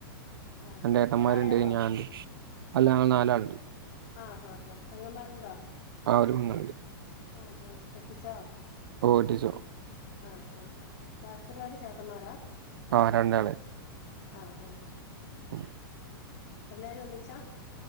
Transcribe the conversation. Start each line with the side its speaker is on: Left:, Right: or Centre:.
Left: ആഹ്
Right: രണ്ടേ
Left: ആഹ്
Right: ഏട്ടന്മാരുണ്ട്
Left: ഒരാളെ ഉള്ളോ
Right: ഞൻണ്ട് അല്ല നാലാൾണ്ട്
Left: ആഹ് ആഹ് അഹ് പെങ്ങമാരുണ്ടോ
Right: ആഹ് ഒരു പെങ്ങൾണ്ട്
Left: ആഹ് ആഹ് കെട്ടിച്ചോ
Right: ഓ കെട്ടിച്ചു
Left: ആഹ് ആഹ് ആഹ് ബാക്കിയുള്ളവര് ചേട്ടന്മാരാ
Right: ആഹ് രണ്ടാള്
Left: ആഹ് ആഹ് ആഹ്
Right: <unintelligible>
Left: എല്ലാരും ഒന്നിച്ചാ